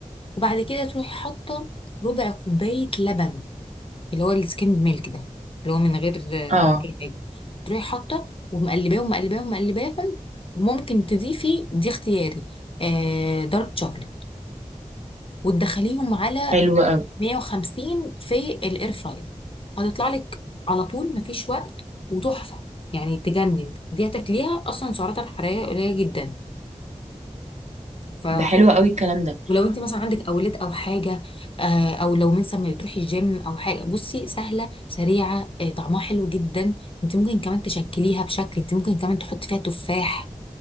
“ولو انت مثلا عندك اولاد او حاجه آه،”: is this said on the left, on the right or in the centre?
Left